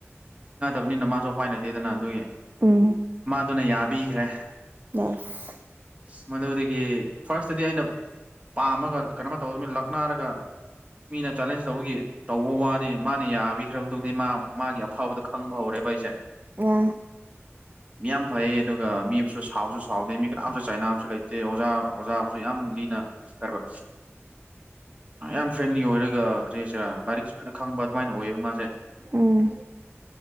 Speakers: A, on the right; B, on the right.
A: ꯑꯗꯨꯅꯤ ꯅꯃꯥꯁꯨꯧ ꯎꯄꯥꯏ ꯂꯩꯇꯦꯗꯅ ꯑꯗꯨꯒꯤ
B: ꯎꯝ
A: ꯑꯗꯨꯅ ꯌꯥꯕꯤꯈ꯭ꯔꯦ ꯑ
B: ꯌꯦꯁ
A: ꯃꯗꯨꯗꯒꯤ ꯐꯥꯔ꯭ꯁꯇꯗꯤ ꯑꯩꯅ ꯄꯥꯝꯃꯒ ꯀꯩꯅꯝꯥꯏ ꯇꯧꯗꯨꯅꯤꯅ ꯂꯛꯅꯔꯒ ꯃꯤꯅ ꯆꯥꯂꯦꯟꯁ ꯇꯧꯕꯒꯤ ꯇꯧꯕ ꯋꯥꯅꯤ ꯃꯥꯅ ꯌꯥꯕꯤꯈ꯭ꯔꯕ ꯃꯇꯨꯡꯗꯗꯤ ꯃꯥ ꯃꯥꯒꯤ ꯑꯐꯥꯎꯕꯗ ꯈꯪꯕ ꯍꯧꯧꯔꯦ ꯏꯁꯦ
B: ꯑ
A: ꯃꯤ ꯌꯥꯝ ꯐꯩ ꯑꯗꯨꯒ ꯃꯤꯁꯨ ꯁꯥꯎꯕꯁꯨ ꯁꯥꯎꯗꯦ ꯃꯤ ꯀꯅꯥꯝꯁꯨ ꯆꯥꯏꯅꯕꯁꯨ ꯂꯩꯇꯦ ꯆꯦ ꯑꯣꯖꯥ ꯑꯣꯖꯥꯕꯨꯁꯨ ꯌꯥꯝ ꯂꯤꯅ ꯍꯥꯏꯔꯕ ꯌꯥꯝ ꯐ꯭ꯔꯦꯟꯂꯤ ꯑꯣꯏꯔꯒ ꯀ꯭ꯔꯦꯁꯤꯔ ꯂꯥꯏꯔꯤꯛꯁꯨ ꯐꯖꯅ ꯈꯪꯕ ꯑꯗꯨꯃꯥꯏꯅ ꯑꯣꯏꯌꯦꯕ ꯃꯥꯁꯦ
B: ꯎꯝ